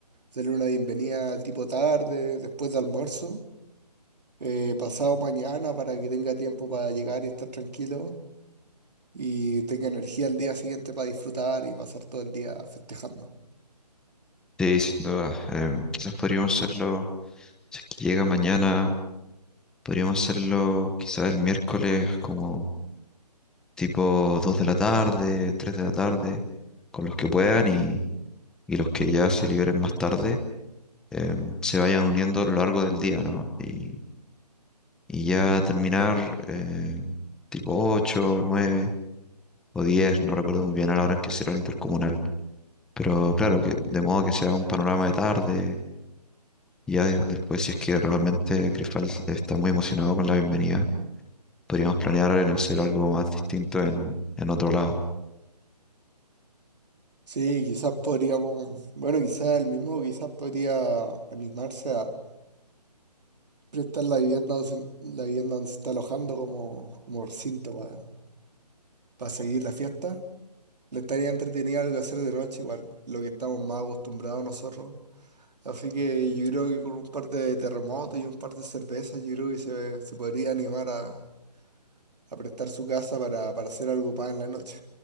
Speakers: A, on the right; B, in the centre.
A: Darle una bienvenida tipo tarde, después de almuerzo, eh, pasado mañana para que tenga tiempo para llegar y estar tranquilo y tenga energía el día siguiente para disfrutar y pasar todo el día festejando.
B: Sí, sin duda. Em, quizás podríamos hacerlo, si es que llega mañana, podríamos hacerlo quizás el miércoles como tipo 2 de la tarde, 3 de la tarde, con los que puedan y y los que ya se liberen más tarde eh, se vayan uniendo a lo largo del día, ¿no? Y, y ya terminar eh, tipo 8 9 o diez no recuerdo muy bien a la hora en que será el intercomunal. Pero claro, que de modo que sea un panorama de tarde, y ya de- después si es que realmente Grifal está muy emocionado con la bienvenida, podríamos planear en hacer algo más distinto en, en otro lado.
A: Sí, quizás podríamos, bueno, quizás el mismo, quizás podría animarse a prestar la vivienda, donde se- la vivienda donde se está alojando como, como recinto para, para seguir la fiesta. Le estaría entretenido algo hacer de noche, igual, lo que estamos más acostumbrados nosotros. Así que yo creo que con un par de terremotos y un par de cervezas, yo creo que se, se podría animar a, a prestar su casa para, para hacer algo para en la noche.